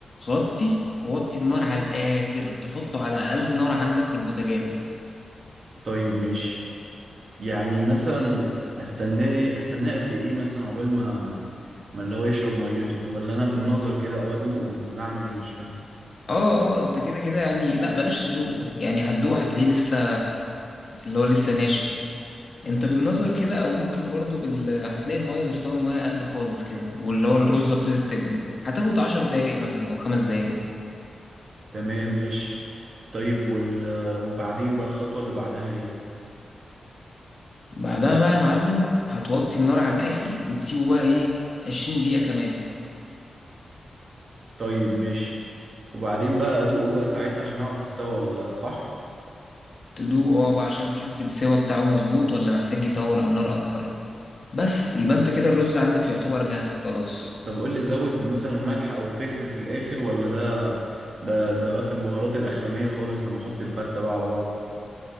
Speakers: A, on the left (about 35°); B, on the right (about 50°).
A: غطي ووطي النار على الاخر تحطه على اقل نار عندك في البوتاجاز
B: طيب ماشي يعني مثلا استناه إيه؟ استناه قد ايه مثلا عقبال ما ما اللي هو يشرب ميته ولا انا بالنظر كده او ادوقه ولا اعمل ايه مش فاهم
A: اه اه انت كده كده يعني لا بلاش تدوقه يعني هتدوقه هتلاقيه لسه اللي هو لسه ناشف انت بالنظر كده او ممكن برضو بال... هتلاقي المية مستوى المية قل خالص كده واللي هو الرزة ابتدت تكبر هتاخد عشر دقايق مثلا او خمس دقايق
B: تمام ماشي طيب وال وبعدين بقى الخطوة اللي بعدها ايه
A: بعدها بقى يا معلم هتوطي النار على الاخر وتسيبه بقى ايه عشرين دقيقة كمان
B: طيب ماشي وبعدين بقى ادوقه بقى ساعتها عشان اعرف استوى ولا لا صح
A: تدوقه اه بقى عشان تشوف السوا بتاعه مظبوط ولا محتاج يطول على النار اكتر بس يبقى انت كده الرز عندك يعتبر جاهز خلاص
B: طب قول لي ازود مثلا ملح او الفلفل في الاخر ولا ده ده ده بقى في البهارات الاخرانية خالص لما احط الفتة بقى على بعض